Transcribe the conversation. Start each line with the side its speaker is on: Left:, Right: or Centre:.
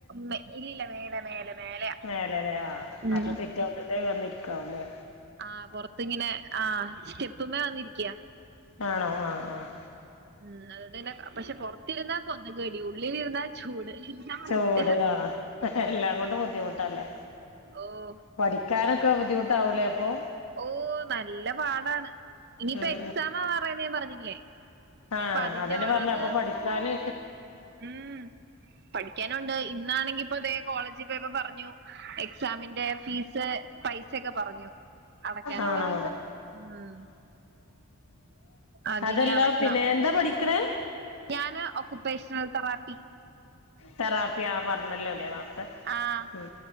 Right: മെ ഇല്ലില്ല മേലെ മേലെ മേലെയാ
Left: മേലെലേ ആഹ്
Right: ഉം
Left: അപ്പ സിറ്റൗട്ട്ല് വന്നിര്ക്കാവുലേ
Right: ആഹ് പാെർത്ത് ഇങ്ങിനെ ആഹ് സ്റ്റെപ്പ്മ്മേ വന്നിരിക്ക്യാ
Left: ആണോ ആഹ് ആഹ്
Right: ഉം അതുകൊണ്ട് തന്നെ പക്ഷെ പൊർത്തിര്ന്നാ കൊത്ക് കടി ഉള്ളിലിര്ന്നാ ചൂട് എന്നാ അവസ്ഥയാ
Left: ചൂട് ആഹ് എല്ലാം കൊണ്ടും ബുദ്ധിമുട്ടാല്ലേ
Right: ഓഹ്
Left: പഠിക്കാനൊക്കെ ബുദ്ധിമുട്ടാവൂലേ അപ്പോ
Right: ഓഹ് നല്ല പാടാണ് ഇനിയിപ്പ
Left: ഉം
Right: എക്സാമാവാറായിന്ന് ഞാൻ പറഞ്ഞില്ലേ
Left: താ
Right: ഇനിയിപ്പ അതിന്റെ
Left: അതെന്നെ
Right: ഓരോന്ന്
Left: പർഞ്ഞെ അപ്പ പഠിക്കാന്
Right: ഉം പഠിക്ക്യാനുണ്ട് ഇന്നാണെങ്കി ഇപ്പാെ തേ കോളേജി പോയപ്പൊ പറഞ്ഞു എക്സാമിന്റെ ഫീസ് പെെ സെക്കെ പറഞ്ഞു അടക്ക്യാനുള്ളത്
Left: ആണോ
Right: ഉം അതിനി
Left: അതെല്ലാ
Right: അടയ്ക്കണം
Left: പിന്നെ എന്താ പഠിക്ക്ണ്?
Right: ഞാന് ഒക്കുപേഷ്ണൽ തെറാപ്പി
Left: തെറാപ്പി ആഹ് പർഞ്ഞല്ലാെലേ നേർത്തെ
Right: ആഹ്
Left: ഉം